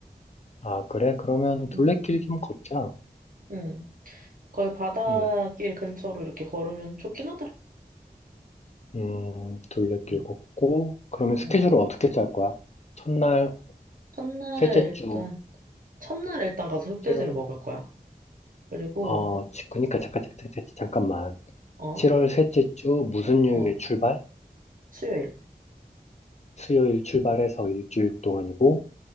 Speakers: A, on the left; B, on the right.
A: 아, 그래? 그러면 둘레길
B: 응.
A: 좀 걷자.
B: 응. 거의 바닷길
A: 음,
B: 근처로 이렇게 걸으면 좋긴 하더라.
A: 음, 둘레길
B: 응.
A: 걷고, 그러면 스케줄을
B: 응.
A: 어떻게 짤 거야? 첫날,
B: 첫날에
A: 셋째
B: 일단
A: 주,
B: 첫날에 일단 가서 흑돼지를
A: 7월,
B: 먹을 거야. 그리고
A: 어, 지- 그니까 잠깐, 잠깐, 잠깐, 잠깐만.
B: 어,
A: 7월 셋째 주 무슨 요일에
B: 어,
A: 출발?
B: 수요일.
A: 수요일 출발해서 일주일 동안이고,